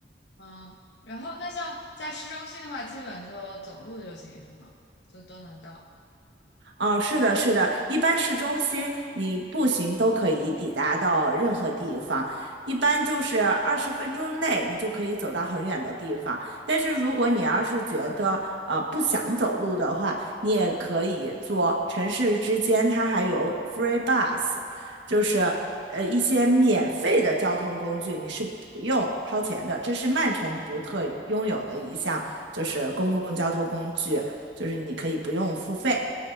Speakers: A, on the left; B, on the right.
A: 嗯，然后那像在市中心的话，基本就走路就行，是吗？就都能到。
B: 哦，是的，是的，一般市中心你步行都可以抵达到任何地方，一般就是二十分钟内你就可以走到很远的地方。但是如果你要是觉得呃不想走路的话，你也可以坐城市之间，它还有 free bus，就是呃一些免费的交通工具，你是不用掏钱的。这是曼城独特拥有的一项，就是公共交通工具，就是你可以不用付费。